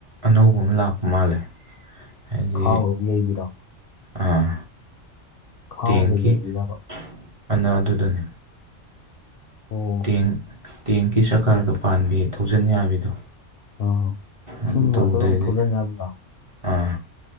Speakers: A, on the right; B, on the left.
A: ꯑꯅꯧꯕ ꯑꯃ ꯂꯥꯛꯄ ꯃꯥꯜꯂꯦ ꯍꯥꯏꯗꯤ
B: ꯈꯥꯎꯔꯒ ꯌꯩꯕꯤꯔꯣ
A: ꯑꯥ
B: ꯈꯥꯎꯒ
A: ꯊꯦꯡꯈꯤ
B: ꯌꯩꯕꯤꯔꯕ
A: <inaudible> ꯑꯗ ꯑꯗꯨꯗꯅꯦ
B: ꯑꯣ
A: ꯇꯦꯡ ꯇꯦꯡꯀꯤ ꯆꯥꯀꯥꯒ ꯄꯥꯟꯕꯤ ꯊꯧꯖꯤꯟ ꯌꯥꯕꯤꯗꯣ
B: ꯑꯣ ꯏꯁꯤꯡ
A: ꯑꯗꯨ
B: ꯃꯔꯛꯇꯒ
A: ꯇꯧꯕꯗꯩꯗꯤ
B: ꯊꯧꯖꯟ ꯌꯥꯕꯤꯗꯣ
A: ꯑꯥ